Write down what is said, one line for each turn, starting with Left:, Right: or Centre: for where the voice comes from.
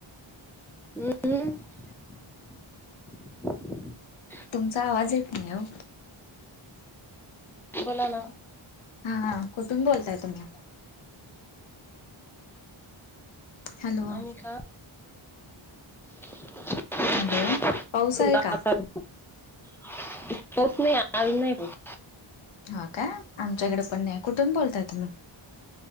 Centre: अम् म.
Left: तुमचा आवाज एत नही ओ.
Centre: बोला ना.
Left: हां, कुठून बोलताय तुम्ही? हॅलो
Centre: आम्ही का? <unintelligible>
Left: हॅलो पाऊस आहे का
Centre: पाऊस नही, आज नही पाऊस.
Left: हां काय, आमच्याकडे पण नही, कुठून बोलताय तुम्ही?